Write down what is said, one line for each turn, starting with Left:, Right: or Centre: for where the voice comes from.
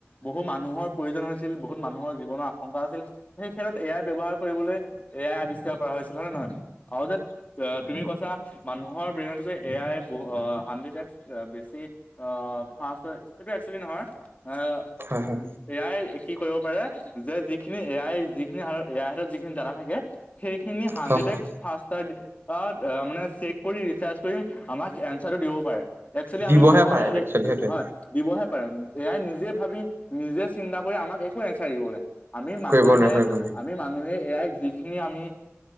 Left: বহু মানুহৰ প্ৰয়োজন হৈছে ছিল, বহুত মানুহৰ জীৱনৰ আশংকা আছিল, হেই সেতত এ আই ব্যৱহাৰ কৰিবলৈ এ আই আৱিষ্কাৰ কৰা হৈছিল। হয় নে নহয়? <inaudible> আউ যে, এ তুমি কৈছা মানুহৰ ব্ৰেইনতকৈ এ আই য়ে ব অ হাণ্ডেড এক্স বেছি অ ফাষ্ট হয় সেইটো একচুৱেলি নহয়। আহ
Right: হয় হয়
Left: এয়ই কি কৰিব পাৰে যে যিখিনি এয়ই যিসিনি হাৰত এয়াই হাতত যিখিনি দ্বাদা থাকে সেইখিনি হাণ্ডেড
Right: হয় হয়
Left: এক্স ফাষ্টাৰ্ড তাত, মানে চেক কৰি ৰিছাছ <unintelligible> আমাক এনচাৰটো দিব পাৰে। এক্সুৱেলি
Right: দিবহে
Left: আমি মানুহে
Right: পাৰে একচুৱেলি সেইটোৱে
Left: হয়, দিবহে প <unintelligible> নিজে ভাবি নিজে চিন্তা কৰি আমাক একো নচাৰিবলৈ আমি মানুহে,
Right: কৰিব নোৱাৰে কৰিব
Left: আমি মানুহে এয়াই যিখিনি আমি